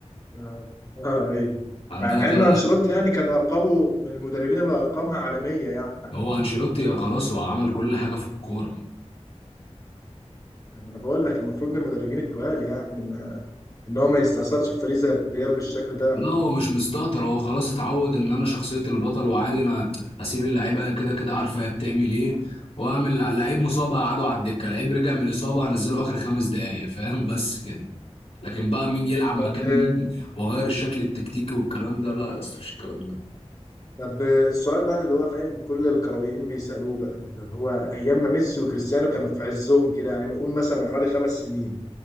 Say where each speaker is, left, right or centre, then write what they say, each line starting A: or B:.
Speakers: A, on the left; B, on the left.
A: اه آه، ايوه
B: عندنا
A: مع ان
B: طالعه
A: انشيلوتي يعني كان ارقامه من المدربين اللي ارقامها عالمية يعني
B: هو انشيلوتي خلاص هو عمل كل حاجه في الكوره
A: يعني انا بقول لك المفروض من المدربين التقال يعني ما ان هو ما يستثمرش في فريق زي الريال بالشكل ده
B: لا هو مش مستهتر هو خلاص اتعود ان انا شخصية البطل وعادي انا هسيب اللعيبة كده كده عارفة هي بتعمل ايه واعمل لعيب مصاب هقعده على الدكة لعيب رجع من الإصابة هنزله آخر خمس دقايق فاهم <laughs> بس كده لكن بقى مين يلعب مكان
A: طب
B: مين واغير الشكل التكتيكي والكلام ده لا يا اسطى مفيش الكلام ده
A: طب السؤال بقى اللي هو فاهم كل الكرويين بيسالوه بقى اللي هو ايام ما ميسي وكريستيانو كانوا في عزهم كده يعني بنقول مثلا من حوالي خمس سنين